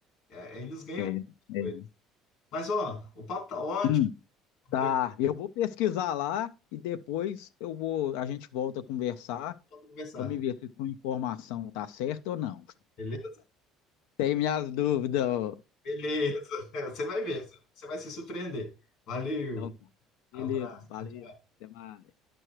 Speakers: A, on the left (about 70°); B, on the left (about 85°).
A: É, eles ganham
B: tem.
A: com outras
B: tem.
A: coisas. Mas, ó, o papo tá ótimo,
B: Hum.
A: Rodrigo,
B: Tá, eu vou pesquisar lá e depois eu vou, a gente volta a conversar
A: pode conversar.
B: para me ver se sua informação tá certa ou não.
A: Beleza?
B: Tem minhas dúvidas.
A: Beleza. <laughs> Você vai ver. Você vai se surpreender. Valeu.
B: Então, tá. beleza,
A: Abraço.
B: valeu.
A: Tchau, tchau.
B: Até mais.